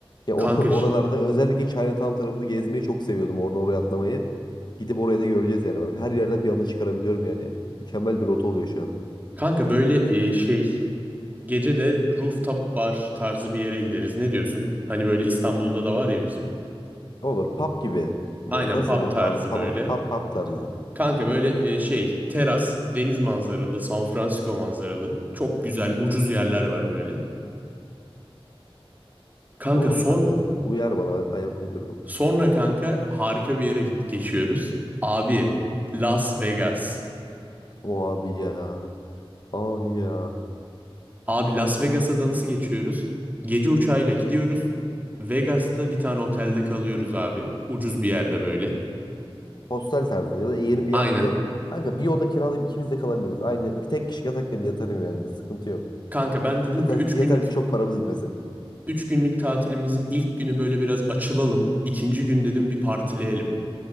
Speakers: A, on the left (about 45°); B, on the right (about 15°).
A: ya
B: Kanka,
A: or- <laughs> oralarda
B: ş-
A: özellikle Chinatown tarafında gezmeyi çok seviyordum. Orada oraya atlamayı. Gidip orayı da göreceğiz yani. Bak her yerden bir anı çıkarabiliyorum yani. Mükemmel bir rota oluyor şu an.
B: kanka böyle e, şey gece de rooftop bar tarzı bir yere gideriz. Ne diyorsun? Hani böyle İstanbul'da da var ya bizim.
A: olur pub gibi mi?
B: Aynen
A: Nasıl
B: pub
A: bu?
B: tarzı
A: An- Tam
B: böyle.
A: pub, pub tarzı.
B: Kanka böyle e, şey teras, deniz manzaralı, San Francisco manzaralı. Çok güzel, ucuz yerler var böyle. Kanka
A: olur
B: son
A: kanka. Uyar bana ben ayak uydururum.
B: sonra kanka harika bir yere gid- geçiyoruz. Abi Las Vegas.
A: O abi ya. Abi ya.
B: Abi Las Vegas'a da nasıl geçiyoruz? Gece uçağıyla gidiyoruz. Vegas'ta bir tane otelde kalıyoruz abi. Ucuz bir yerde böyle.
A: Hostel tarzı ya da Airbnb'de
B: Aynen.
A: kanka bir oda kiralayıp ikimiz de kalabiliriz. Aynı tek kişi yatakla bile yatarım yani. Sıkıntı yok.
B: Kanka ben dedim
A: Yeter
B: ki üç
A: ki
B: günlük
A: yeter ki çok paramız gitmesin.
B: üç günlük tatilimizin ilk günü böyle biraz açılalım. İkinci gün dedim bir partileyelim.